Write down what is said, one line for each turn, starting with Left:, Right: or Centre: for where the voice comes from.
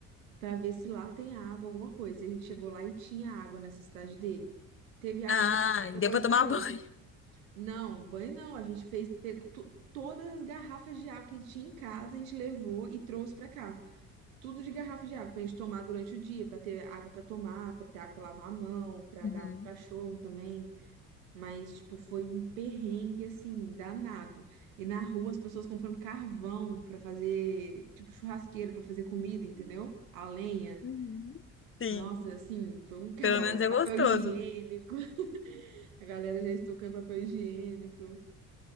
Right: para ver se lá tem água, alguma coisa. E a gente chegou lá e tinha água nessa cidade dele. Teve água
Left: Ah,
Right: por um tempo, depois
Left: deu pra tomar
Right: parou.
Left: <laughs> banho.
Right: Não, banho não. A gente fez, pegou to- todas as garrafas de água que a gente tinha em casa, a gente levou e trouxe para cá. Tudo de garrafa de água para a gente tomar durante o dia, para ter água para tomar, para ter água para lavar a mão, para
Left: Uhum.
Right: dar pro cachorro também. Mas, tipo, foi um perrengue, assim, danado. E na rua as pessoas comprando carvão para fazer, tipo, churrasqueira para fazer comida, entendeu? A lenha.
Left: Uhum. Sim,
Right: Nossa, assim, foi um caos.
Left: pelo menos é
Right: Papel
Left: gostoso.
Right: higiênico, <laughs> a galera já estocando papel higiênico.